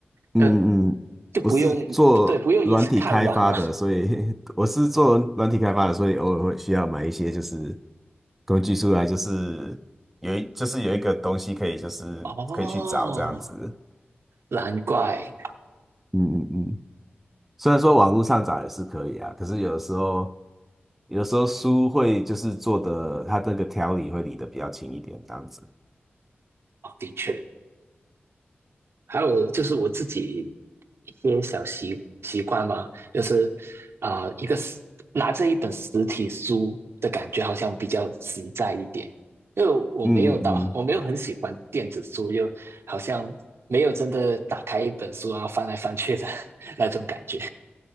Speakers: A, in the centre; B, on the right.
A: 嗯嗯，
B: 呃，就不用对，
A: 我是做软体开发的，
B: 不用一次看完啊。
A: 所以 <laughs> 我是做软体开发的，所以偶尔会需要买一些就是工具书来，就是有一就是有一个东西可以就是可以去找这样子。
B: 哦，难怪，
A: 嗯嗯嗯。虽然说网络上找也是可以啊，可是有的时候，有的时候书会就是做的，它那个条理会理得比较轻一点，这样子。
B: 哦的确。还有就是我自己一些小习习惯嘛，就是啊、呃一个实拿着一本实体书的感觉好像比较实在一点，因为我没有到，
A: 嗯嗯嗯
B: 我没有很喜欢电子书，又好像没有真的打开一本书啊翻来翻去的 <laughs> 那种感觉